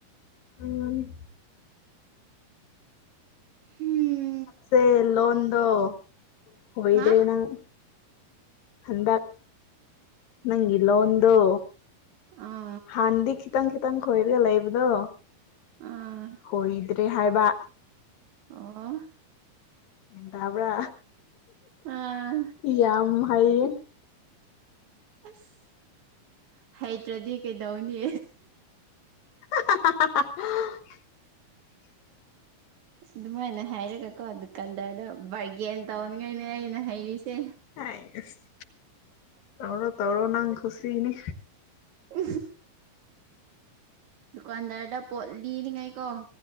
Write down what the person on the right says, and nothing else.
ꯍꯨꯝ
ꯍꯥ
ꯑꯥ
ꯑꯥ
ꯑꯣ
ꯑꯥ
ꯑꯁ ꯍꯩꯇ꯭ꯔꯗꯤ ꯀꯩꯗꯧꯅꯤ
ꯑꯗꯨꯃꯥꯏꯅ ꯍꯥꯏꯔꯒꯀꯣ ꯗꯨꯀꯥꯟꯗꯔꯗ ꯕꯥꯔꯒꯦꯟ ꯇꯧꯅꯤꯡꯉꯥꯏꯅꯦ ꯑꯩꯅ ꯍꯩꯔꯤꯁꯦ
<unintelligible> ꯗꯨꯀꯥꯟꯗꯥꯔꯗ ꯄꯣꯠ ꯂꯤꯔꯤꯉꯩꯀꯣ